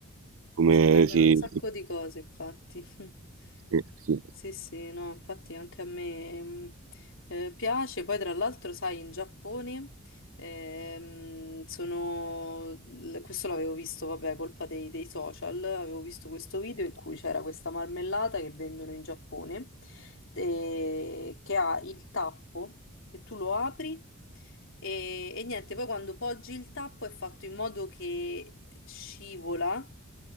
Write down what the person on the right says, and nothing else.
come
si...
Sì, sì,